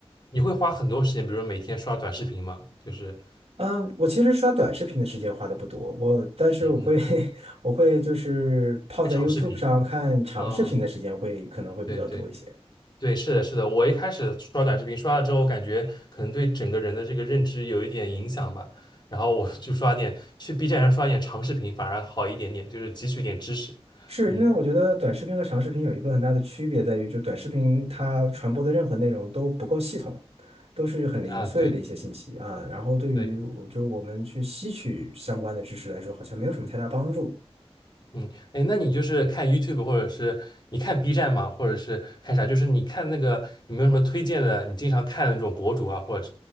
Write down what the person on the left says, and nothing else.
你会花很多时间，比如说每天刷短视频嘛，就是。
嗯嗯，
长视频
啊，对对对，是的，是的。我一开始刷短视频，刷了之后，感觉可能对整个人的这个认知有一点影响吧。然后我就刷点，去 B 站上刷点长视频，反而好一点点，就是汲取点知识。
嗯
啊，对
对，
嗯嗯，哎，那你就是看 YouTube 或者是你看 B 站吗？或者是看啥？就是你看那个有没有什么推荐的？你经常看的那种博主啊，或者